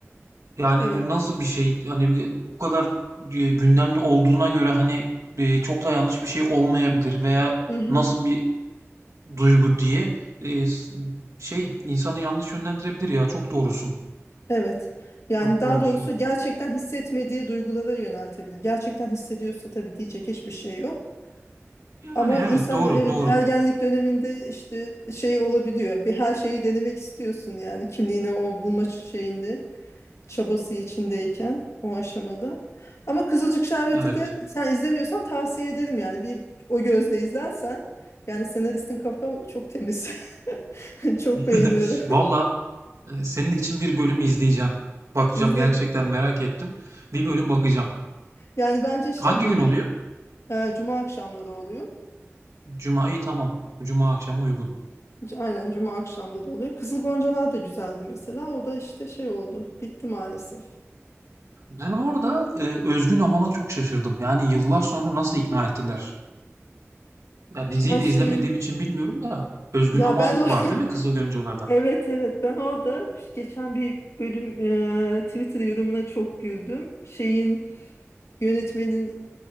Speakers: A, on the right; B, on the left.
A: Yani
B: Evet.
A: nasıl bir şey hani e, bu kadar e, gündemde olduğuna göre hani e, çok da yanlış bir şey olmayabilir veya
B: Hı-hı.
A: nasıl bir duygu diye e, s- şey insanı yanlış yönlendirebilir ya çok doğrusun.
B: Evet. Yani
A: Çok
B: daha
A: doğrusun.
B: doğrusu gerçekten hissetmediği duygulara yöneltebilir. Gerçekten hissediyorsa tabii diyecek hiçbir şey yok.
A: Yani
B: Ama insan
A: evet doğru
B: evet
A: doğru.
B: ergenlik döneminde işte şey olabiliyor. Bir her şeyi denemek istiyorsun yani kimliğini o bulma şeyinde çabası içindeyken o aşamada. Ama Kızılcık Şerbeti
A: Evet.
B: de sen izlemiyorsan tavsiye ederim yani bir o gözle izlersen yani senaristin kafa çok temiz. <laughs> Çok
A: <laughs>
B: beğeniyorum.
A: Valla e, senin için bir bölüm izleyeceğim. Bakacağım
B: İzle
A: gerçekten merak ettim. Bir bölüm bakacağım.
B: yani bence şey
A: Hangi
B: böyle
A: gün oluyor?
B: e, cuma akşamları oluyor.
A: Cuma'yı tamam. Cuma akşamı uygun.
B: C- Aynen cuma akşamları oluyor. Kızıl Goncalar da güzeldi mesela. O da işte şey oldu. Bitti maalesef.
A: Ben orada e, Özgün Amal'a çok şaşırdım. Yani yıllar sonra nasıl ikna ettiler? Ya diziyi
B: Her
A: de
B: şey
A: izlemediğim için bilmiyorum da Özgün
B: ya
A: Amal
B: ben o
A: var değil mi Kızıl Goncalar'da?
B: <laughs> evet evet ben orada geçen bir bölüm e, Twitter yorumuna çok güldüm. Şeyin yönetmenin